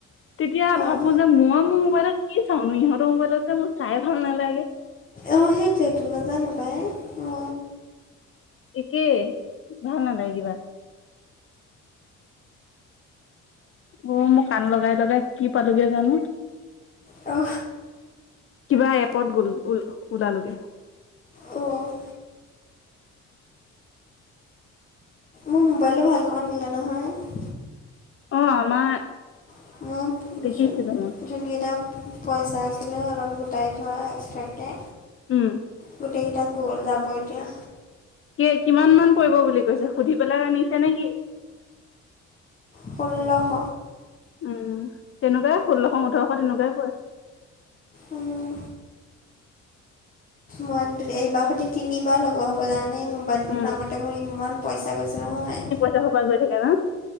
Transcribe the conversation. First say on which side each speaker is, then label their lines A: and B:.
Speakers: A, on the left; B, on the left.
A: তেতিয়া
B: অঁ
A: ভাবো যে মই মোৰ মোবাইলত কি চাওঁ নো, ইহঁতৰ মোবাইলত যে মোৰ চাই ভাল নালাগে।
B: অঁ, সেইটোৱটো, নাজানো পাই, অ।
A: একেই, ভাল নালাগে কিবা। অঁ, মই কাণ লগাই-লগাই কি পালোগে জানো?
B: অ।
A: কিবা এপত গ'ল ও ওলালোগে।
B: অ'। মোৰ মোবাইলটো ভাল কৰিব নিলে নহয়!
A: অ, আমাৰ
B: <unintelligible>
A: দেখিছিলো মই
B: যোনকেইটা পইচা আছিলে, অলপ গোটাই থোৱা এক্সট্ৰাকৈ
A: উম
B: গোটেই কেইটা গ'ল, যাব এতিয়া।
A: কে কিমান মান পৰিব বুলি কৈছে, সুধি পেলাই নিছে নে কি?
B: ষোল্লশ।
A: উম, তেনেকুৱাই ষোল্লশ, ওঠৰশ তেনেকুৱাই পৰে।
B: উম। মই এইবাৰ সতে তিনিবাৰ লগোৱা হ'ব জানানে, এই মো মোবাইলটোৰ
A: উম
B: নামতে মোৰ ইমান পইচা গৈছে নহয়।
A: <unintelligible> পৰা গৈ থাকে ন!